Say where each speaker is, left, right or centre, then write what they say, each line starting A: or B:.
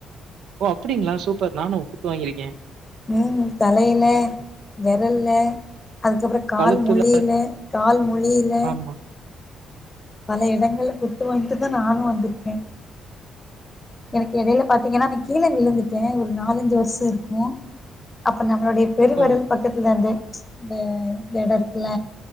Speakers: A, on the right; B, on the left.
A: ஓ அப்படிங்களா சூப்பர் நானு குத்து வாங்கிருக்கே
B: ம் தலையில வெரல்ல அதுக்கப்புறக் கால்முலியில
A: கழுத்துல
B: கால்முலியில
A: ஆமா.
B: பல இடங்கள்ல குத்து வாங்கிட்டு தா நானு வந்திருக்க எனக்கு இடயில பாத்தீங்கனா நா கீல விழுந்துட்ட ஒரு நாலஞ்சு வருஷ இருக்கு அப்ப நம்மளுடயப் பெருவரல்
A: ஓ!
B: பக்கத்லந்தே ம்ச் அந்து இந்த எடோ இருக்குல